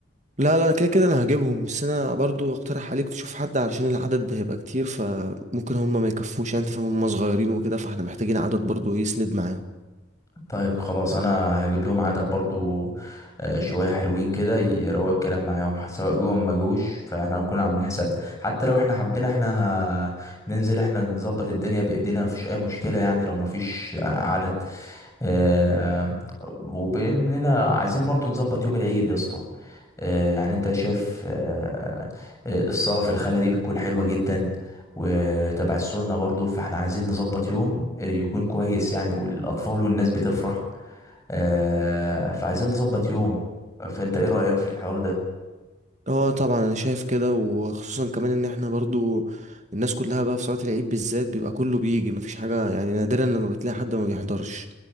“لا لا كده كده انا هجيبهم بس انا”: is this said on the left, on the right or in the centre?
Right